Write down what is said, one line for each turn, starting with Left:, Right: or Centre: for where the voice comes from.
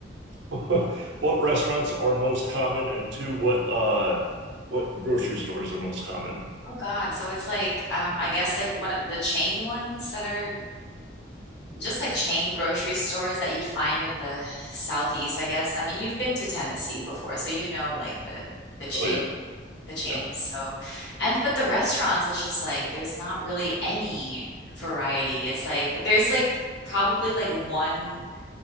Right: <laughs> what restaurants are most common? And two, what uh what grocery stores are most common?
Left: Oh God. So it's like um I guess like one of the chain ones that are just like chain grocery stores that you'd find in the southeast, I guess. I mean, you've been to Tennessee before, so you know like the the chain
Right: Oh yeah,
Left: the chains.
Right: yeah.
Left: So and but the restaurants it's just like there's not really any variety. It's like there's like probably like one